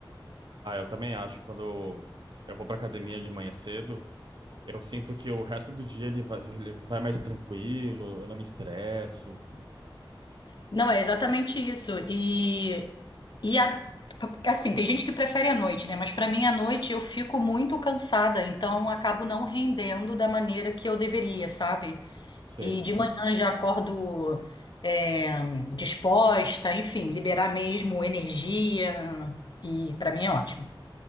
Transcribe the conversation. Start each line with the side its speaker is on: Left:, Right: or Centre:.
Right: Ah, eu também acho. Quando eu vou pra academia de manhã cedo, eu sinto que o resto do dia ele vai, ele vai mais tranquilo, eu não me estresso.
Left: Não, é exatamente isso. E, e a- assim, tem gente que prefere a noite, né? Mas para mim, a noite eu fico muito cansada, então acabo não rendendo da maneira que eu deveria, sabe?
Right: Sei.
Left: E de manhã já acordo é, disposta, enfim, liberar mesmo energia. E para mim é ótimo.